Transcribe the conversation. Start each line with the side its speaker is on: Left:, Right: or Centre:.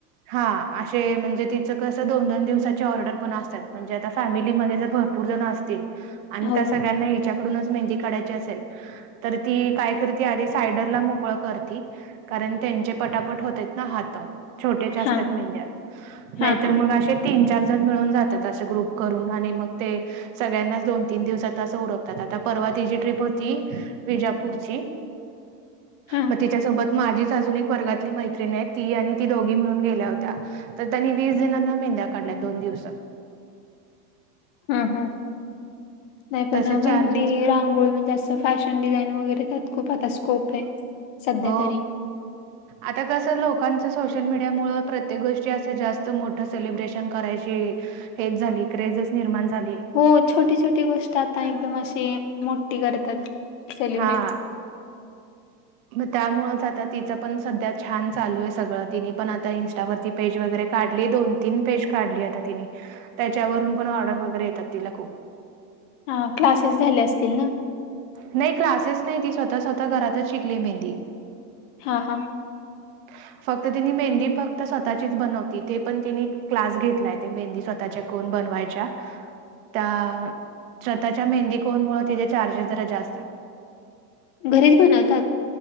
Right: हा असे म्हणजे तिचं कसं दोन दोन दिवसाची ऑर्डर पण असतात म्हणजे आता फॅमिलीमध्ये जर भर भरपूर जण असतील आणि
Left: हो
Right: त्या सगळ्यांना हिच्याकडूनच मेहंदी काढायची असेल. तर ती काय करती आधी सायडरला मोकळं करती. कारण त्यांचे पटापट होते ना हात. छोट्याच्या असतात
Left: हा
Right: मेहंद्या नाहीतर
Left: हा हा
Right: मग असे. तीन चार जण मिळून जातात असे ग्रुप करून आणि मग ते. सगळ्यांनाच दोन तीन दिवसात असं उरकतात आता परवा ती जी ट्रीप होती विजापूरची
Left: हा
Right: मग तिच्या सोबत माझीच अजून एक वर्गातली मैत्रिण आहे ती आणि ती दोघी म्हणून गेल्या होत्या. तर त्यांनी वीस जणांना मेंद्या काढल्या दोन दिवसात.
Left: हम ह नाही पण
Right: तसे
Left: मेहंदी
Right: चार्जेस
Left: रांगोळी म्हणजे अस. फॅशन डिझायनिंग वगैरे त्यात खूप आता स्कोप आहे. सध्या
Right: हो
Left: तरी
Right: आता कसं लोकांचं सोशल मीडिया मुळं प्रत्येक गोष्टी असं जास्त मोठं सेलिब्रेशन करायची हेच झाली क्रेझस निर्माण झालीय.
Left: हो छोटी छोटी गोष्ट आता एकदम अशी मोठी करतात. सेलिब्रेट
Right: हा मग त्यामुळेच आता तिचं पण सध्या छान चालू आहे सगळं तिने पण आता इंस्टा वरती पेज वगैरे काढली दोन तीन पेज काढली आता तिनी. त्याच्यावरून पण ऑर्डर वगैरे येतात तिला खूप.
Left: हा क्लासेस झाले असतील ना.
Right: नाही क्लासेस नाही ती स्वतः स्वतः घरातच शिकली मेहंदी.
Left: हा हा
Right: <unintelligible> फक्त तिने मेहंदी फक्त स्वतःचीच बनवती ते पण तिने क्लास घेतलाय ते मेहंदी स्वतःच्या कोण बनवायच्या त्या स्वतः मेहंदी कोनमूळ तिचं चार्जे र्जेस जरा जास्त आहेत.
Left: घरीच बनवतात